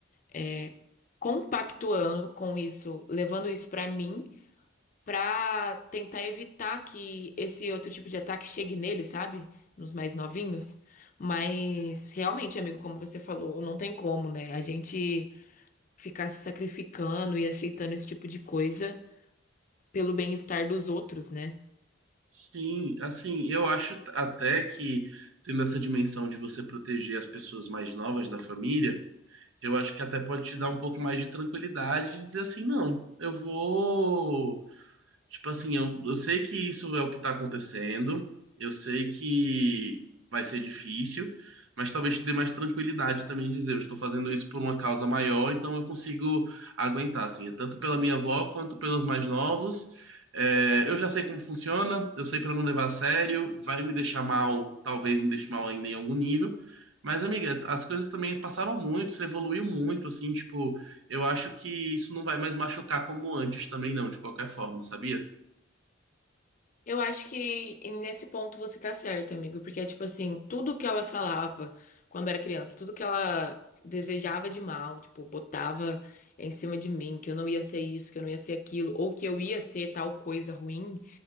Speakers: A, on the left; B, on the right.
A: é, compactuando com isso, levando isso pra mim pra tentar evitar que esse outro tipo de ataque chegue nele, sabe? Nos mais novinhos. Mas realmente, amigo, como você falou, não tem como, né? A gente ficar se sacrificando e aceitando esse tipo de coisa pelo bem-estar dos outros, né?
B: Sim, assim, eu acho até que tendo essa dimensão de você proteger as pessoas mais novas da família, eu acho que até pode te dar um pouco mais de tranquilidade de dizer assim, não, eu vou Tipo assim, eu, eu sei que isso é o que tá acontecendo, eu sei que vai ser difícil, mas talvez te dê mais tranquilidade também dizer, eu estou fazendo isso por uma causa maior, então eu consigo aguentar, assim, é tanto pela minha avó quanto pelos mais novos. É, eu já sei como funciona, eu sei para não levar a sério, vai me deixar mal, talvez me deixe mal ainda em algum nível. Mas, amiga, as coisas também passaram muito, você evoluiu muito, assim, tipo, eu acho que isso não vai mais machucar como antes também, não, de qualquer forma, sabia?
A: Eu acho que nesse ponto você tá certo, amigo, porque é tipo assim, tudo que ela falava quando era criança, tudo que ela desejava de mal, tipo, botava em cima de mim, que eu não ia ser isso, que eu não ia ser aquilo, ou que eu ia ser tal coisa ruim,